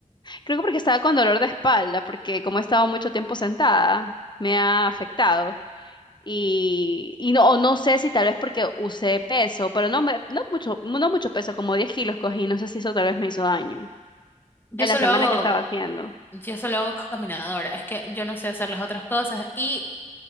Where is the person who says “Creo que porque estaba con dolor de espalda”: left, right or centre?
Left